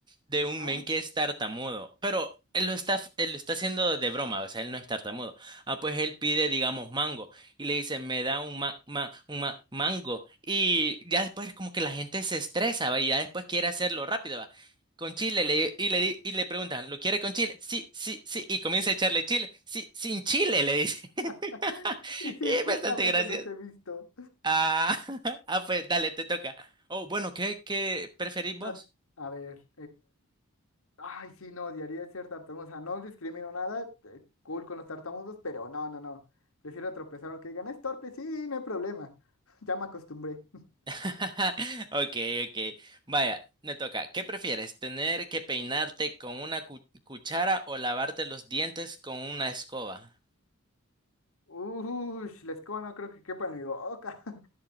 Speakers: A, on the right; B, on the left.
A: de
B: Ajá.
A: un men que es tartamudo, pero él lo está, él lo está haciendo de broma, o sea, él no es tartamudo. Ah, pues él pide, digamos, mango y le dice, me da un, ma- ma- un ma- mango. Y ya después como que la gente se estresa, ¿va? Y ya después quiere hacerlo rápido, ¿va? Con chile, le, y, le, di- y le preguntan, ¿lo quiere con chile? Sí, sí, sí. Y comienza a echarle chile. Sí, sin chile, le dice. <laughs>
B: <laughs> sí sí,
A: Y es
B: justamente
A: bastante gracioso.
B: los he visto.
A: Ah, <laughs> ah, pues dale, te toca. Oh, bueno, ¿qué, qué preferís
B: No,
A: vos?
B: a ver, Ay, sí, no, odiaría ser tartamudo. O sea, no discrimino nada. eh, Cool con los tartamudos, pero no, no, no. Prefiero tropezar aunque digan, es torpe, sí, no hay problema. <laughs> Ya me acostumbré.
A: <laughs> Ok, ok. Vaya, me toca. ¿Qué prefieres? ¿Tener que peinarte con una cu- cuchara o lavarte los dientes con una escoba?
B: Uy, la escoba no creo que quepa en mi boca. <laughs>